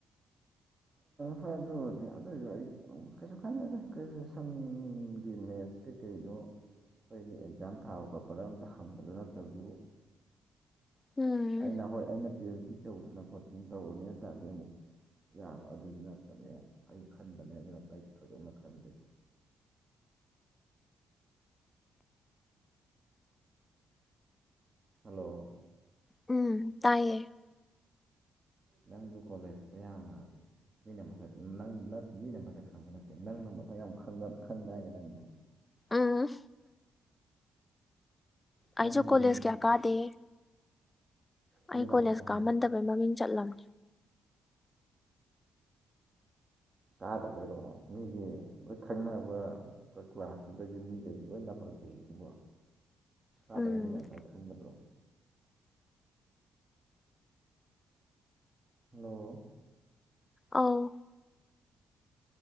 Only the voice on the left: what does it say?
ꯎꯝ
ꯎꯝ ꯇꯥꯏꯌꯦ
ꯎꯝ ꯑꯩꯁꯨ
ꯀꯣꯂꯦꯖ
ꯀꯌꯥ ꯀꯥꯗꯦ ꯑꯩ
ꯀꯣꯂꯦꯖ
ꯀꯥꯃꯟꯗꯕꯩ ꯃꯃꯤꯡ ꯆꯠꯂꯝ
ꯎꯝ
ꯑꯧ